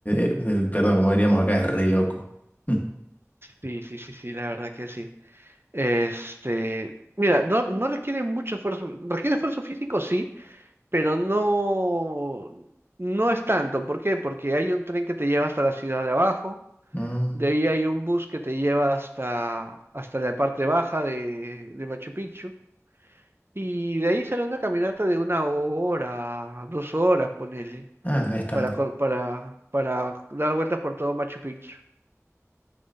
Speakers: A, on the left (about 30°); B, on the right (about 45°).
A: eh, eh, perdón, como diríamos acá, es re loco. <laughs>
B: Sí, sí, sí, sí, la verdad que sí. Este, mira, no, no requiere mucho esfuerzo, requiere esfuerzo físico, sí, pero no, no es tanto. ¿Por qué? Porque hay un tren que te lleva hasta la ciudad de abajo.
A: Mm,
B: De ahí hay un bus que te lleva hasta, hasta la parte baja de, de Machu Picchu. Y de ahí sale una caminata de una hora, dos horas, ponele,
A: Ah, no es tanto.
B: para, co- para, para dar vueltas por todo Machu Picchu.